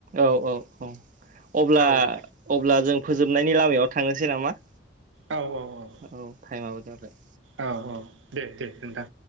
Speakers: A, on the right; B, on the right.
A: औ औ औ अब्ला
B: औ
A: अब्ला जों फोजोबनायनि लामायाव थांनोसै नामा?
B: औ औ औ
A: औ टाइमाबो जाबाय।
B: औ औ दे दे नोंथां।